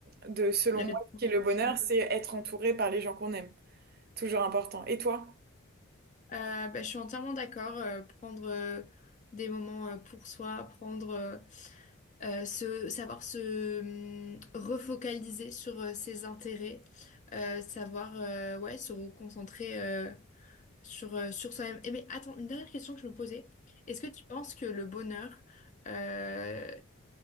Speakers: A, on the right; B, on the left.
A: de, selon
B: La
A: moi,
B: perte
A: ce
B: conscience,
A: qui est le bonheur,
B: ouais.
A: c'est être entouré par les gens qu'on aime. Toujours important. Et toi?
B: Euh, bah, je suis entièrement d'accord. euh, prendre euh, des moments euh, pour soi, prendre euh, euh, se, savoir se hum, refocaliser sur euh, ses intérêts, euh, savoir euh, ouais, se reconcentrer. euh, sur, euh, sur soi-même. Et mais attends, une dernière question que je me posais. Est-ce que tu penses que le bonheur, euh,